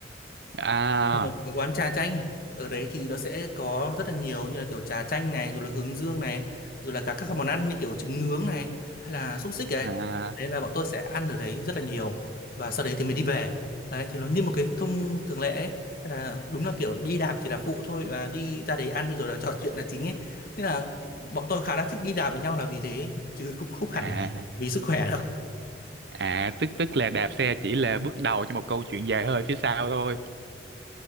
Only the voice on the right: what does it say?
à
à
à
à tức tức là đạp xe chỉ là bước đầu cho một câu chuyện dài hơi phía sau thôi